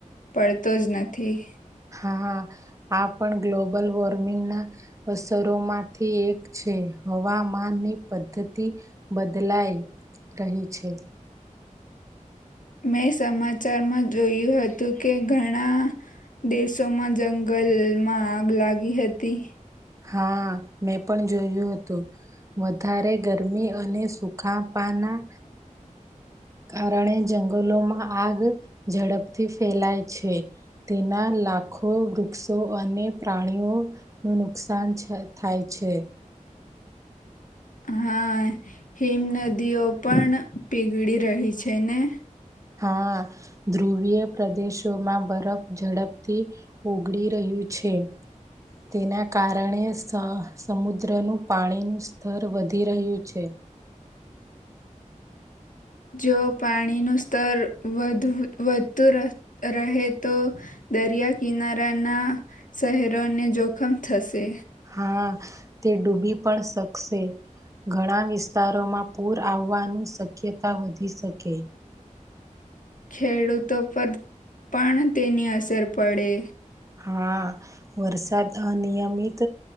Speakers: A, on the left; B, on the right.
A: પડતો જ નથી.
B: હા આ પણ ગ્લોબલ વોર્મિંગના અસરોમાંથી એક હવામાનની પદ્ધતિ બદલાઈ રહી છે.
A: મેં સમાચારમાં જોયું હતું કે ઘણા દેશોમાં જંગલ ગલમાં આગ લાગી હતી.
B: હા મેં પણ જોયું હતું વધારે ગરમી અને સુખા પાન અના કારણે જંગલોમાં આગ ઝડપથી ફેલાય છે. તેના લ લાખો વૃક્ષો અને પ્રાણીઓનું નુકસાન છ થાય છે.
A: હા હિમ નદીઓ પણ પીગળી રહી છે ને?
B: હા ધ્રુવીય પ્રદેશોમાં બરફ ઝડપથી ઓગળી રહ્યું છ છે. તેના કારણે સ સમુદ્રનું પાણીનું સ્થર વધી રહ્યું છે. <unintelligible>
A: જો પાણીનું સ્તર વધ વધતું ર રહે તો દરિયા કિનારાના શહેરોને જોખમ થશે.
B: હા તે ડૂબી પણ શકશે. ઘણા વિસ્તાર તારોમાં પૂર આવવાનું શક્યતા વધી શકે.
A: ખેડૂતો પર પણ તેની અસર પડે.
B: હા વરસાદ અનિયમિત